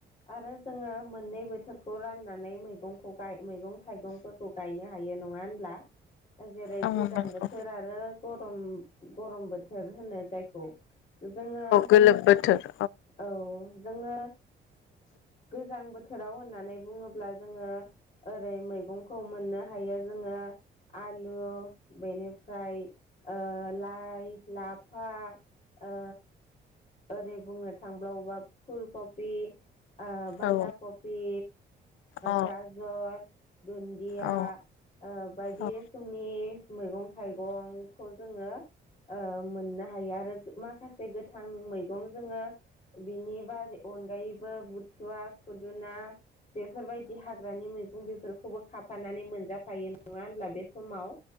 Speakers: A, on the left (about 35°); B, on the left (about 80°).
A: आरो जोङो मोननै बोथोर खौ राननानै मैगंखौ गाय मैगं थाइगंफोरखौ गायनो हायो नङा होनब्ला? जेरै
B: औ
A: गोजां बोथोर आरो गरम गरम बोथोर होनो जायखौ जोङो
B: गोलोम बोथोर
A: औ जोङो गोजां बोथोराव होननानै बुङोब्ला जोङो ओरै मैगंखौ मोनो। हायो जोङो आलु बेनिफ्राय ओ लाइ लाइ लाफा ओ ओरै बुंनो थांबावोबा फुल कपि ओ बान्दा
B: औ
A: खफि
B: औ
A: गाजर दुन्दिया
B: औ
A: ओ बायदि
B: औ
A: रोखोमनि मैगं थाइगंखौ जोङो ओ मोननो हायो आरो माखासे गोथां मैगं जोङो बिनि बा अनगायै बो बुथुवा खुदुना बेफोरबायदि हाग्रानि मैगं बेफोर खौबो खाफानानै मोनजाफायो नङा होनब्ला बे समाव